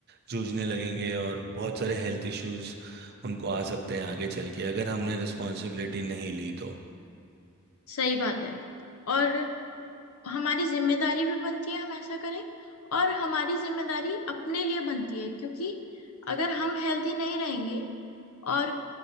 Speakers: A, on the right; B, on the left.
A: जूझने लगेंगे और बहुत सारे हेल्थ इश्यूज उनको आ सकते हैं आगे चल के अगर हमने रिस्पॉन्सिबिलिटी नहीं ली तो
B: सही बात है और हमारी जिम्मेदारी भी बनती है हम ऐसा करें और हमारी जिम्मेदारी अपने लिए बनती है क्योंकि अगर हम हेल्दी नहीं रहेंगे और